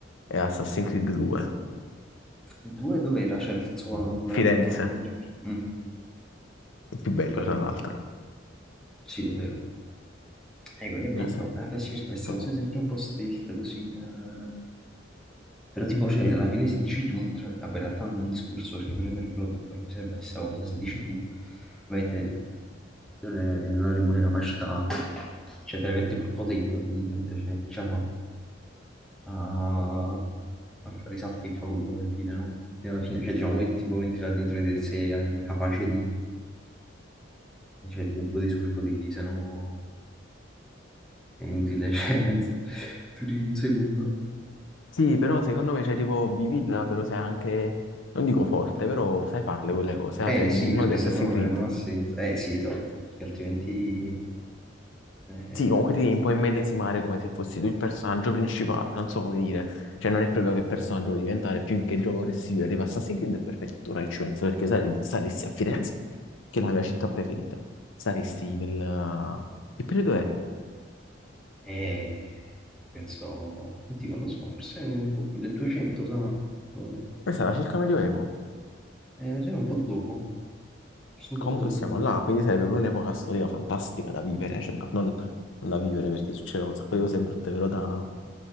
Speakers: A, on the left; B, in the centre.
A: è Assassin's Creed 2,
B: Il 2 dov'era? Cioè, nel senso qual- come
A: Firenze,
B: era ambientato, non mi ricordo. Mm,
A: il più bello
B: ho capito,
A: tra l'altro.
B: sì, è vero. Eh, quello è bello.
A: Assassin's-
B: Eh, beh, sì, perché queste
A: Creed,
B: cose
A: però-
B: sempre un po' stealth così. eh. Però tipo, cioè, alla fine se dici tu, cioè, vabbè, in realtà non è un discorso, perché pure per il blog poi mi serve la stessa cosa, se dici tu, ovviamente non, è- non avremo le capacità, cioè, tra virgolette, pur potendo, di, capito, cioè, ce la fa. Ah, Tanto risalti che fa quello per dire, no? Quindi alla fine, cioè, diciamo, che tipo venti là dentro di te sei capace di, cioè, di tipo di superpoteri, se no è inutile, <laughs> cioè, penso, duri un secondo.
A: Sì, però secondo me, cioè tipo, vivila, però sei anche, non dico forte, però sai farle quelle cose, ah,
B: Eh
A: sei uno
B: sì, perché
A: di Assassin's
B: se no
A: Creed.
B: eh, non ha senso. Eh sì, esatto, perché altrimenti, eh,
A: Sì, comunque ti devi un po' immedesimare come se fossi tu il personaggio principale, non so come dire, cioè non è proprio che personaggio vuoi diventare, più in che gioco vorresti vivere, tipo Assassin's Creed è perfetto, ora che ci penso, perché sare- saresti a Firenze, che è la mia città preferita, saresti nel... Che periodo è?
B: eh, penso, oddio, non lo so, forse boh, 1200 sarà, non lo so.
A: Eh, sarà circa Medioevo,
B: Eh, cioè, un po' dopo, forse un
A: comunque
B: po' dopo
A: siamo
B: il 1000.
A: là, quindi sarebbe pure un'epoca storica fantastica da vivere, cioè no, non, non da vivere perché succedono un sacco di cose brutte, però da,